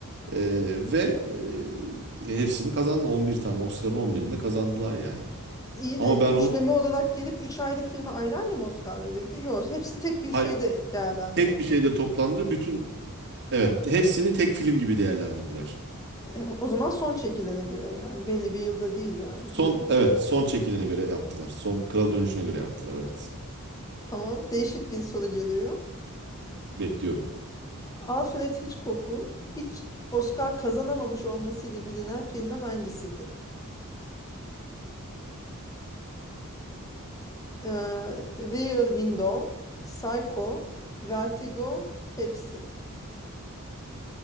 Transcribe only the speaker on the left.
İyi
de
üçleme
olarak gelip üç ayrı filme ayrı ayrı mı Oscar verildi? Yok, hepsi tek bir
şeyde değerlendirildi.
E, o zaman son çekilene göre yani belli bir yılda değil yani
diyelim
ki.
Hmm.
Tamam, değişik bir soru geliyor.
Alfred Hitchcock'un hiç Oscar kazanamamış olmasıyla bilinen filmi hangisidir? Ee, Rear Window, Psycho, Vertigo, hepsi.